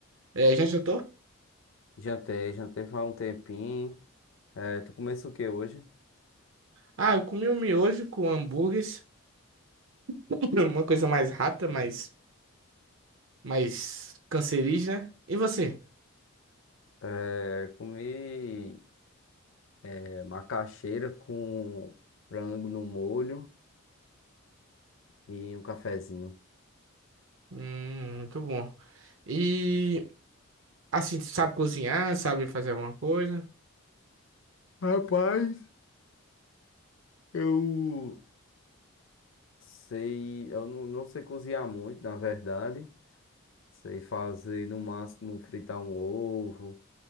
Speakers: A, on the right; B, on the left.
A: É, já jantou?
B: Jantei, jantei faz um tempinho. Eh, tu começou o que hoje?
A: Ah, eu comi um miojo com hambúrgueres. <laughs> Uma coisa mais rápida, mais, mais cancerígena. né? E você?
B: Eh, comi eh, macaxeira com frango no molho e um cafezinho.
A: Hum, muito bom. E, assim, tu sabe cozinhar, sabe fazer alguma coisa?
B: Rapaz, Eu sei, eu não, não sei cozinhar muito, na verdade. Sei fazer no máximo fritar um ovo,